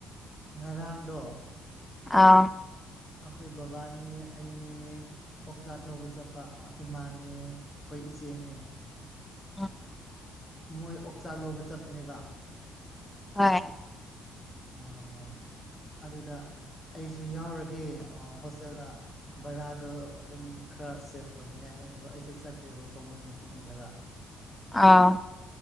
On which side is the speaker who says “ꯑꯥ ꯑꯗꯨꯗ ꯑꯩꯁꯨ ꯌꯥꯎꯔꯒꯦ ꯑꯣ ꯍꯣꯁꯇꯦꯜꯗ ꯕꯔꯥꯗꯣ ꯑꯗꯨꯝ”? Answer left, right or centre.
Left